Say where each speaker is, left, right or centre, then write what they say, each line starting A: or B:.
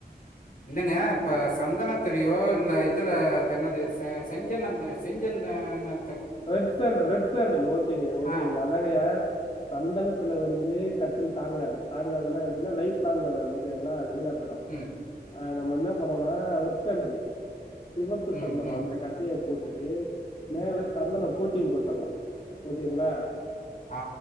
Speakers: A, on the left (about 55°); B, on the left (about 35°).
A: இல்லங்க இப்ப சந்தனத்துலயோ இல்ல இதுல அது என்னது ச செஞ்சன்னந்த செஞ்சந்தன
B: ரெட் சாண்டர் ரெட் சாண்டல் ஓகேங்கயா ஓகேங்கயா
A: ஆ,
B: அதாங்கயா சந்தனத்துல வந்து கட்டில் தாங்காது தாங்காதுனா எப்டின்னா லைஃப் லாங்கு வராது ஓகேங்களா <inaudible> விடும்
A: ம்,
B: ஆ நம்ம என்ன பண்ணோனா அ ரெட் சாண்டில் சிவப்பு
A: ம்,
B: சந்தனோ
A: ம்.
B: அந்த கட்டைய போட்டுட்டு மேல சந்தனம் கோட்டிங் குடுத்தர்லாம் ஓகேங்களா
A: ஆ